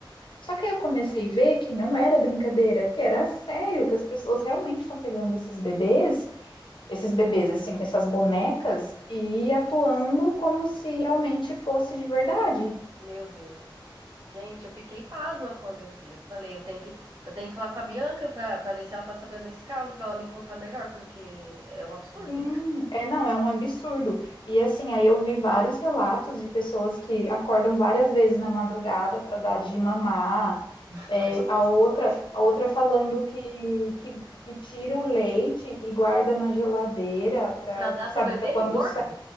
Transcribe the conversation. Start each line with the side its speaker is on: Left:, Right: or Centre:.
Left: Só que aí eu comecei a ver que não era brincadeira, que era sério, que as pessoas realmente estão pegando esses bebês esses bebês, assim, essas bonecas, e atuando como se realmente fosse de verdade.
Right: meu Deus. Gente, eu fiquei pasma quando eu vi. Eu falei, eu tenho que, eu tenho que falar com a Bianca pra, pra ver se ela tá sabendo desse caso, pra ela me contar melhor, porque é um absurdo,
Left: Sim,
Right: né?
Left: é, não, é um absurdo. E assim, aí eu vi vários relatos de pessoas que acordam várias vezes na madrugada para dar de mamar,
Right: <laughs>
Left: é,
Right: Ai, Jesus.
Left: a outra, a outra falando que, que, que tira o leite e guarda na geladeira para,
Right: Pra dar
Left: sabe,
Right: pro bebê
Left: para quando
Right: reborn?
Left: sa-